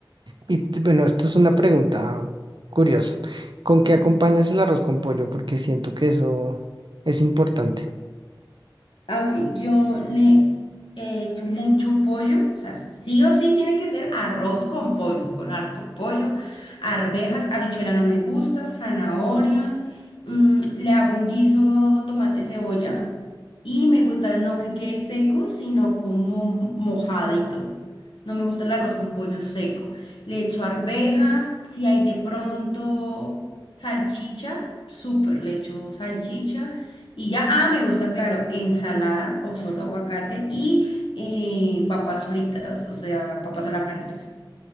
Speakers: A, on the right; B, on the left.
A: Y t- bueno, esto es una pregunta curiosa. ¿Con qué acompañas el arroz con pollo? Porque siento que eso es importante.
B: Ah, ok, yo le he hecho mucho pollo, o sea, sí o sí tiene que ser arroz con pollo, con harto pollo, arvejas, habichuela no me gusta, zanahoria, mm, le hago un guiso, tomate, cebolla, y me gusta no que quede seco, sino como mojadito. No me gusta el arroz con pollo seco. Le echo arvejas, si hay de pronto salchicha, súper, le echo salchicha. Y ya, ah, me gusta, claro, ensalada o solo aguacate y eh, papas fritas, o sea, papas a la francesa.